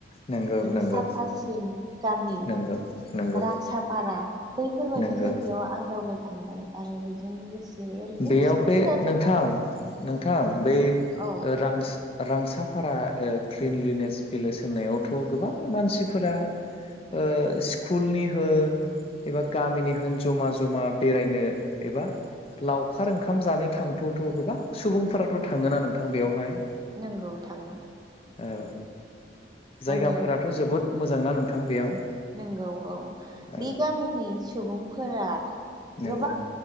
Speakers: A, on the left; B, on the right.
A: नंगौ
B: <unintelligible>
A: नंगौ
B: साफासिन गामि
A: नंगौ नंगौ
B: रां साफारा बैफोरबायदि
A: नंगौ
B: जायगायाव आं दावबायखांबाय आरो बिजों लोगोसे ओरैनो
A: बेयाव
B: फिसा
A: बे
B: फिसा
A: नोंथां
B: जायगा
A: नोंथां बै
B: औ
A: रां रांसाफारा क्लिनलिनेस भलेज होनावथ' गोबां मानसिफोरा ओ स्कुलनि होन एबा गामिनि होन जमा जमा बेरायनो एबा लावखार ओंखाम जानो थांथ'थ' गोबां सुबुंफोराथ' थाङो ना नोंथां बेयावहाय?
B: नंगौ थांङो
A: औ
B: माने
A: जायगाफोराथ' जोबोद मोजांना नोंथां बेयाव
B: नंगौ औ
A: औ
B: बे गामिनि सुबुंफोरा
A: नंगौ
B: गोबां